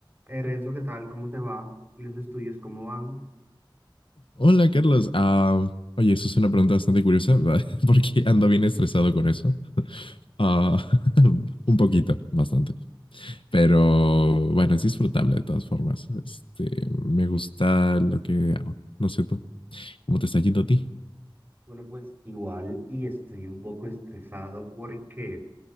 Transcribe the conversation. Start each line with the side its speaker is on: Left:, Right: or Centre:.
Right: Eh, Renzo, ¿qué tal? ¿Cómo te va? ¿Y los estudios cómo van?
Left: Hola, Carlos. Ah, oye, eso es una pregunta bastante curiosa, <laughs> porque ando bien estresado con eso. Ah, <laughs> un poquito, bastante. Pero bueno, es disfrutable de todas formas. Este, me gusta lo que hago. No sé tú, ¿cómo te está yendo a ti?
Right: Bueno, pues igual y estoy un poco estresado porque,